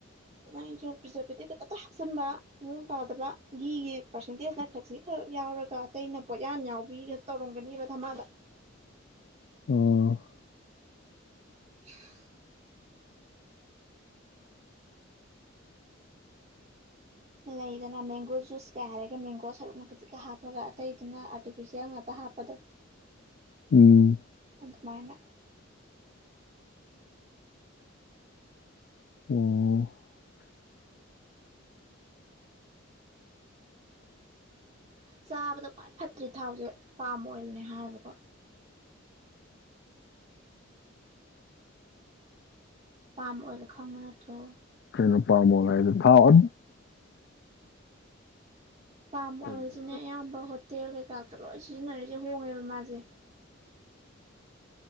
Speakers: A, on the right; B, on the left.
A: ꯃꯥꯏꯁꯨ ꯄ꯭ꯔꯤꯖꯥꯔꯕꯦꯇꯤꯞꯇ ꯍꯥꯞꯆꯤꯟꯕ ꯃꯑꯣꯡ ꯇꯥꯗꯕ ꯒꯤꯒꯤ ꯄꯥꯔꯁꯦꯟꯇꯦꯖꯅ ꯈꯖꯤ ꯈꯔ ꯌꯥꯎꯔꯒ ꯑꯇꯩꯩꯅ ꯄꯣꯠꯌꯥꯟ ꯌꯥꯎꯕꯤꯒ ꯇꯧꯔꯝꯒꯅꯦꯕ ꯊꯃꯗ
B: ꯑꯣ
A: <inaudible> ꯂꯩꯗꯅ ꯃꯦꯡꯒꯣ ꯖꯨꯁ ꯀꯥꯏ ꯍꯥꯏꯔꯒ ꯃꯦꯡꯒꯣ ꯁꯔꯨꯛꯅ ꯀꯖꯤꯛꯀ ꯍꯥꯞꯄꯒ ꯑꯇꯩ ꯑꯗꯨꯅ ꯑꯥꯔꯇꯤꯐꯤꯁꯦꯜ ꯉꯥꯛꯇ ꯍꯥꯞꯄꯗꯣ
B: ꯎꯝ
A: ꯑꯗꯨ ꯃꯥꯅ
B: ꯑꯣ
A: ꯆꯥꯕꯗ ꯈ꯭ꯋꯥꯏ ꯐꯠꯇ꯭ꯔꯤ ꯊꯥꯎꯁꯦ ꯄꯥꯝ ꯑꯣꯏꯜꯅꯦ ꯍꯥꯏꯕꯀꯣ ꯄꯄꯥꯥꯝ ꯑꯣꯏꯔꯣ ꯈꯪꯕ ꯅꯠꯇ꯭ꯔꯣ
B: ꯩꯅ ꯄꯥꯝꯃꯣ ꯍꯥꯏꯗ ꯊꯥꯎꯑꯣ
A: ꯄꯥꯝ ꯑꯣꯏꯜꯁꯤꯅꯦ
B: ꯑꯣ
A: ꯑꯌꯥꯝꯕ ꯍꯣꯇꯦꯜ ꯀꯩꯀꯥꯛꯇ ꯂꯣꯏ ꯁꯤꯖꯤꯟꯅꯔꯤꯁꯦ ꯍꯣꯡꯉꯦꯕ ꯃꯥꯁꯦ